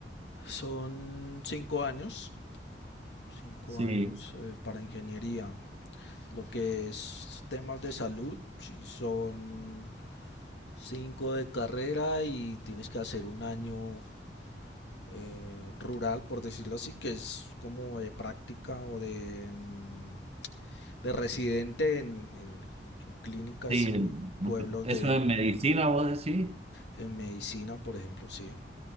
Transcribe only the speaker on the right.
Sí,
sí, el-
no,
que- eso
es medicina, vos decís.